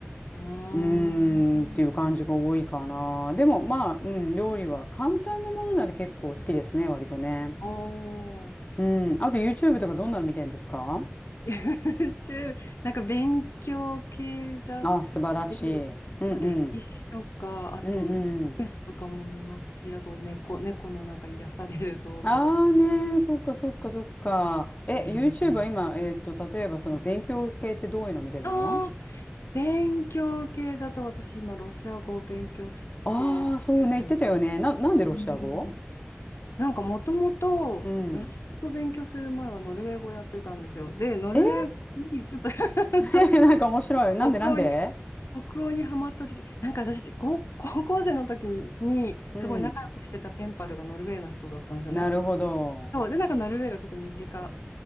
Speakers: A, on the left; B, on the left.
A: うーん。
B: うーんっていう感じが多いかな。でもまあ、うん、料理は簡単なものなら結構好きですね、割とね。
A: おー。
B: うん。
A: え
B: あと YouTube とかどんなの見てるんですか
A: <laughs> YouTube、なんか勉強系だっ
B: あ、素晴らしい。
A: て、
B: うんうん。
A: あと歴史とか、あとニュースとかも見ますし、
B: うんうん。
A: あと猫、猫のなんか癒される動画だったり。
B: ああね、そっかそっかそっか。え、
A: うんうん
B: YouTube は今、えーっと、例えばその勉強系ってどういうの見てるの
A: あー勉強系だと私今ロシア語を勉強してるので、
B: ああー、そうね、言ってたよね。な、なんでロシア語
A: うんなんかもともとロシア語を勉強する前はノルウェー語やってたんですよ。
B: うん。
A: で、ノルウェー語にちょっと
B: えー
A: <laughs>
B: <laughs>
A: そう、
B: なんか面白い。なんでなんで
A: 北欧に北欧にハマった時期、なんか私、高、高校生の時に、にすごい仲良くしてたペンパルがノルウェーの人だったんですよね。
B: うん。なるほど。
A: そう、で、なんかノルウェーがちょっと身近